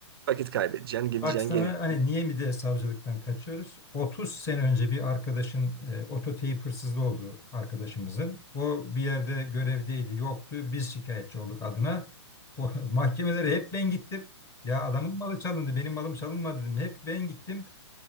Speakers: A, on the right; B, on the left.
A: Vakit kaybedeceksin, gideceksin,
B: Bak sana
A: geleceksin.
B: hani niye mi de savcılıktan kaçıyoruz? 30 sene önce bir arkadaşın e, ototeyip hırsızlığı oldu arkadaşımızın. O bir yerde görevdeydi, yoktu. Biz şikayetçi olduk adına. O, <laughs> mahkemelere hep ben gittim. Ya adamın malı çalındı, benim malım çalınmadı dedim. Hep ben gittim.